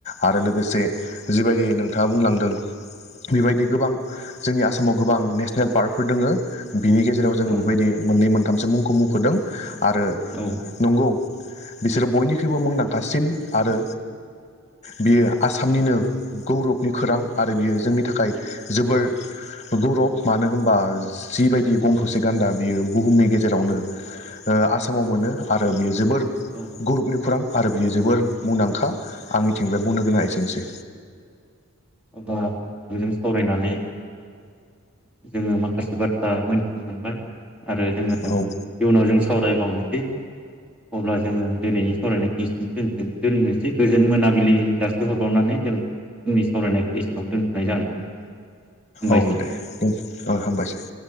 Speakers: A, on the left; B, in the centre.
A: आरो लोगो से जिबायदि नों थाङा बुंलांदों बेबायदि गोबां जोंनि आसामाव गोबां नेसनेल पार्कफोर दोङो। बिनि गेजेराव जोङो
B: ओ
A: बेबायदि मोननै मोन थामसो मुंखौ मुंखदों। आरो
B: औ
A: नंगौ। बिसोरो बयनिख्रुइबो मुंदांखासिन आरो बियो आसामनिनो गौरबनि खोरां आरो बियो जोंनि थाखाय जोबोर गौरब मानो होम्बा जिबायदि गं थसे गान्दा बियो बुहुमनि गे जेरावनो ओ आसामाव मोनो आरो बियो जोबोर
B: औ
A: गौरुबनि खुरां। आरो बियो जोबोर मुंदांखा आंनिथिं बे बुंनो गोनाङा एसेनोसै।
B: अब्ला नोंथांजों सावरायनानै <inaudible> जोङो माखासे बाथ्रा मोनथिनो मोनबाय। आरो जोङो
A: औ
B: इयुनाव जों सावरायबावनो सै अब्ला जोङो दिनैनि सावरायनायखौ दो-दोननोसै गोजोन मोनाबिलि जासे हरबावनानै जों सावरायनायखौ एसेबां दोनथ'नाय जानोसै। हामबायसै
A: औ दे हामबायसै।